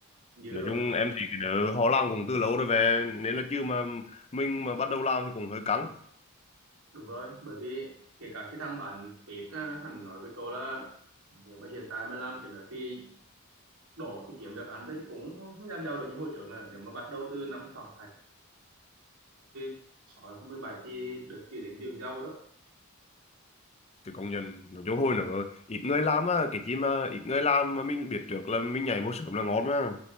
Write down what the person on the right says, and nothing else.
như
ở
đúng rồi bởi vì kể cả cái thằng bạn Pete á, hắn nói với cậu là nếu mà hiện tại mà làm cái nữa thì đổ thì kiếm được ăn thôi chứ cũng không không làm giàu được như hồi trước nữa nếu mà bắt đầu từ năm khoảng 2010 2016 bảy thì được chỉ đến vườn rau đó